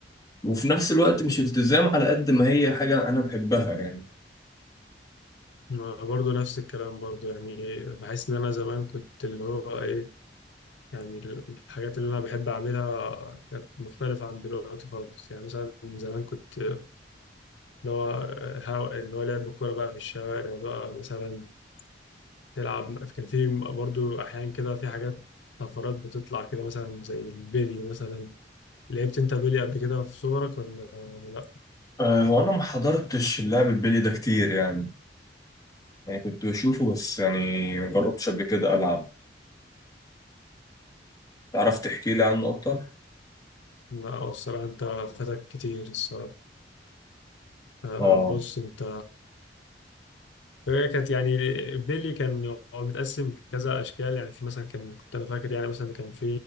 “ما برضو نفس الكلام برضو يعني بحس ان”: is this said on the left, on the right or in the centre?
Left